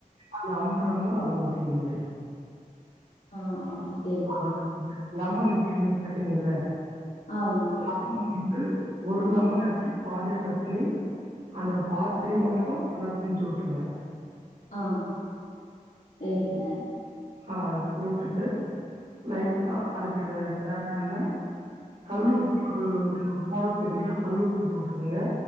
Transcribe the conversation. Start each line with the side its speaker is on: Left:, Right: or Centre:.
Right: அதல்ல அம்பது எம் எல் அதல ஊத்திக்கீங்க
Left: ஆ சே
Right: அ லெமன் இப்ப நீங் கேட்டிங்கில்ல
Left: ஆமா.
Right: லெமன் வந்து ஒரு லெமன் எடுத்து பாதியா கட் பண்ணி அந்த பாதிய மட்டு நல்லா பிழிஞ்சு வுட்டுருங்க
Left: அம் சேரிங்க
Right: அ அது போட்டுட்டு லைட்டா அதுக்கு தேவயான கல்லுப்பு போட தெரிஞ்ச கல்லுப்பு போட்டுக்கங்க